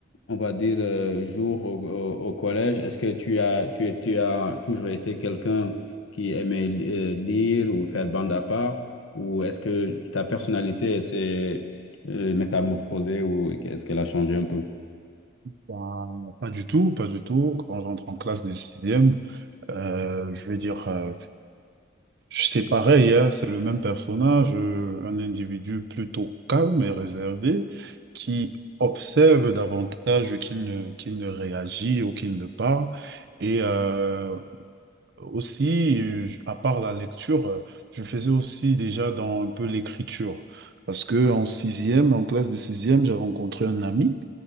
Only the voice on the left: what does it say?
on va dire, euh, jours au, au- au collège, est-ce que tu as, tu, es- tu as toujours été quelqu'un qui aimait li- euh, lire ou faire bande à part? Ou est-ce que ta personnalité s'est euh, métamorphosée ou est-ce qu'elle a changé un peu?